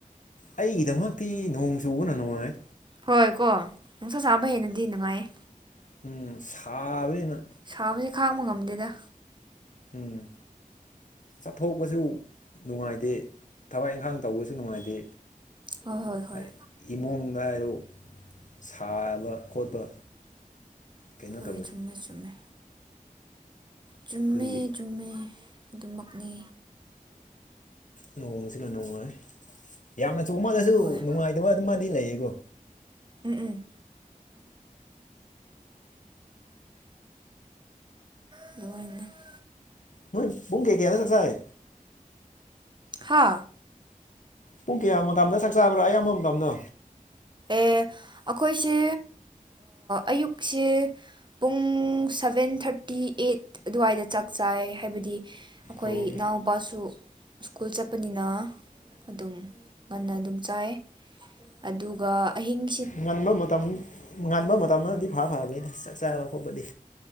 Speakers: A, on the left; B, on the right.
A: ꯑꯩꯒꯤꯗꯃꯛꯇꯤ ꯅꯣꯡ ꯆꯨꯕꯅ ꯅꯨꯡꯉꯥꯏ
B: ꯍꯣꯏ ꯀꯣ ꯅꯨꯡꯁꯥ ꯆꯥꯕ ꯍꯦꯟꯅꯗꯤ ꯅꯨꯡꯉꯥꯏꯌꯦ꯫
A: ꯎꯝ ꯁꯥꯕꯅꯤꯅ꯫
B: ꯁꯥꯕꯁꯤ ꯈꯥꯡꯕ ꯉꯝꯗꯦꯗ꯫
A: ꯎꯝ꯫ ꯆꯠꯊꯣꯛꯄꯁꯨ ꯅꯨꯡꯉꯥꯏꯇꯦ ꯊꯕꯛ ꯏꯪꯈꯥꯡ ꯇꯧꯕꯁꯨ ꯅꯨꯡꯉꯥꯏꯇꯦ꯫
B: ꯍꯣꯏ ꯍꯣꯏ
A: ꯐꯥꯢ꯫
B: ꯍꯣꯏ
A: ꯏꯃꯨꯡꯗ ꯍꯥꯏꯔꯣ ꯁꯥꯕ ꯈꯣꯠꯄ꯫ ꯀꯩꯅꯣ
B: ꯍꯣꯏ
A: ꯇꯧꯋꯤ
B: ꯆꯨꯝꯃꯦ ꯆꯨꯝꯃꯦ꯫ ꯆꯨꯝꯃꯦ
A: ꯑꯗꯨꯒꯤ꯫
B: ꯆꯨꯝꯃꯦ ꯑꯗꯨꯃꯛꯅꯤ꯫
A: ꯅ ꯅꯣꯡꯁꯤꯅ ꯅꯨꯡꯉꯥꯏ ꯌꯥꯝꯅ ꯆꯨꯃꯜꯂꯁꯨ
B: ꯍꯣꯏ
A: ꯅꯨꯡꯉꯥꯏꯇꯕ ꯑꯗꯨꯃꯗꯤ ꯂꯩꯌꯦꯀꯣ
B: ꯎꯝ ꯎꯝ ꯑꯗꯨꯒ
A: ꯃꯣꯏ ꯄꯨꯡ ꯀꯩꯀꯦ <unintelligible> ꯆꯥꯏ
B: ꯍꯥ
A: ꯄꯨꯡ ꯀꯌꯥ ꯃꯇꯝꯗ ꯆꯥꯛ ꯆꯥꯕ꯭ꯔꯥ ꯑꯌꯥꯝꯕ ꯃꯇꯝꯗꯣ
B: ꯑꯦ ꯑꯩꯈꯣꯏꯁꯦ ꯑꯌꯨꯛꯁꯦ ꯄꯨꯡ ꯁꯚꯦꯟ ꯊꯥꯔꯇꯤ ꯑꯩꯠ ꯑꯗꯨꯋꯥꯏꯗ ꯆꯥꯛ ꯆꯥꯏ ꯍꯥꯏꯕꯗꯤ ꯑꯩꯈꯣꯏ
A: ꯑꯣ
B: ꯏꯅꯥꯎꯄꯥꯁꯨ ꯁ꯭ꯀꯨꯜ ꯆꯠꯄꯅꯤꯅ ꯑꯗꯨꯝ ꯉꯟꯅ ꯑꯗꯨꯝ ꯆꯥꯏ ꯑꯗꯨ ꯑꯗꯨꯒ ꯑꯍꯤꯡ
A: ꯉꯟꯕ ꯃꯇꯝ ꯉꯟꯕ ꯃꯇꯝ ꯑꯃꯗꯤꯗꯤ ꯐꯔꯕꯅꯤꯅ ꯆꯥꯛ ꯆꯥꯕ ꯈꯣꯠꯄꯗꯤ꯫